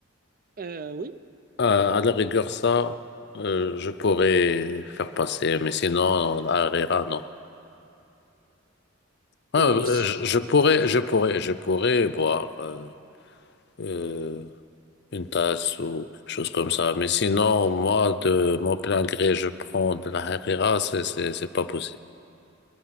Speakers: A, on the right; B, on the left.
A: Euh, oui.
B: À, à la rigueur, ça, euh, je pourrais faire passer. Mais sinon, à Herrera, non. Ah,
A: Est-ce
B: euh, je,
A: que
B: je pourrais,
A: t'as...
B: je pourrais, je pourrais boire. euh, euh, une tasse ou quelque chose comme ça. Mais sinon, moi, de mon plein gré, je prends de la Herrera, c'est, c'est, c'est pas possible.